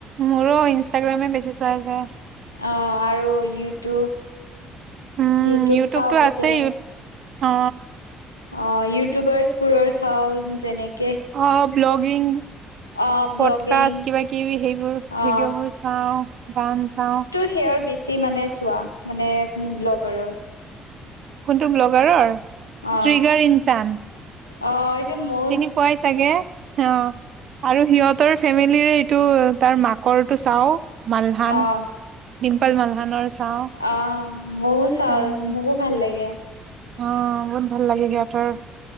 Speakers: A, on the right (about 50°); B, on the left (about 85°).
A: মোৰো ইনষ্টাগ্ৰামে বেছি চোৱা যায়।
B: অ আৰু ইউটিউব।
A: উম
B: ইউটিউব
A: ইউটিউবটো
B: চাওঁ কেতিয়াবা
A: আছেই ইউ অ।
B: অ ইউটিউবাৰ্চ বোৰৰ চাও যেনেক।
A: অ ব্লগিং।
B: অ ব্লগিং
A: পডকাষ্ট কিবা কিবি সেইবোৰ
B: অ
A: ভিডিঅ'বোৰ চাওঁ গান চাওঁ।
B: সেয়াৰ বেছি মানে চোৱা মানে ব্লগাৰৰ।
A: কোনটো ব্লগাৰৰ
B: অ
A: ট্ৰিগাৰ ইনচান।
B: অ এইটোমো।
A: চিনি পোৱাই চাগে অ আৰু সিহঁত। তৰ ফেমিলিৰে এইটো তাৰ মাকৰটো চাও মালহান।
B: অ অ
A: ডিম্পল মালহানৰ চাওঁ।
B: অ মইয়ো চাওঁ
A: উম,
B: মোকো ভাল লাগে।
A: অ বহুত ভাল লাগে সিহঁতৰ